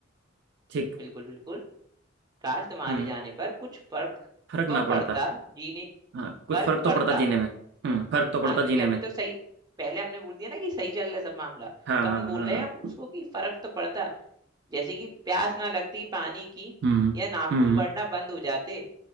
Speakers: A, on the right; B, on the right.
A: ठीक
B: बिल्कुल बिल्कुल काश तुम्हारे
A: हम्म
B: जाने पर कुछ फर्क
A: फर्क
B: तो
A: ना पड़ता
B: पड़ता जीने
A: हाँ कुछ
B: फर्क
A: फर्क तो
B: पड़ता
A: पड़ता जीने में हम्म फर्क तो पड़ता
B: हाँ क्योंकि
A: जीने
B: अभी
A: में
B: तो सही पहले हमने बोल दिया ना कि सही चल रहा है सब मामला
A: हाँ
B: तो
A: हाँ
B: हम बोल
A: हाँ
B: रहे
A: हाँ।
B: हैं अब उसको कि फर्क तो पड़ता जैसे कि प्यास ना लगती पानी की
A: हम्म
B: या नाखून
A: हम्म
B: बढ़ना बंद हो जाते